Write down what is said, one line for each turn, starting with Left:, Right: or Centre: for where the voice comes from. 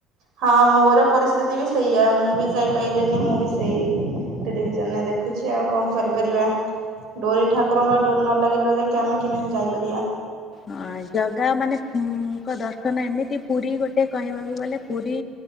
Right: ହଁ ମୋର ପରିସ୍ଥିତି ବି ସେଇଆମୁଁ ବି ଯାଇପାରଲିିନି ମୁଁ ବି ସେଇ ଟେଲିଭିଜନରେ ଦେଖୁଛି ଆଉ କଣ କରିପାରିବା। ଡୋରି ଠାକୁରଙ୍କ ଡୋରି ନ ଲାଗିଲା ଯାଙ୍କେ ଆମେ କେମିତି ଯାଇପାରିବା?
Left: ଅଁ, ଜଗା ମାନେ ହୁଁ, ଙ୍କ ଦର୍ଶନ ଏମିତି ପୁରୀ ଗୋଟେ କହିବାକୁ ଗଲେ ପୁରୀ